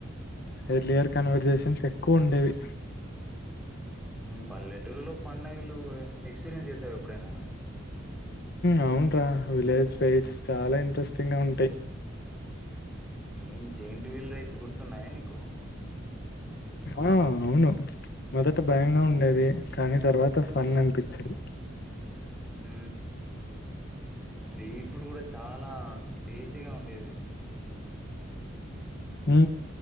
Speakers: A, on the left; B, in the centre.
A: ఎర్లియర్ కన్వర్జేషన్స్ ఎక్కువ ఉండేవి
B: పల్లెటూరులో పండుగలు ఎక్స్పీరియన్స్ చేసావ ఎప్పుడైన
A: అవున రా విలేజ్ ఫైట్స్ చాల ఇంట్రెస్టింగ్గా ఉంటాయి్
B: ఏం జైట్ వీలు రైస్ కుర్తున్నాయ నీకు
A: ఆ అవును మొదట భయంగ ఉండేది కానీ తర్వాత ఫన్ అనిపిచేది
B: హ స్ట్రీట్ ఫుడ్ కూడ చాల టేస్టీగా ఉండేది
A: హు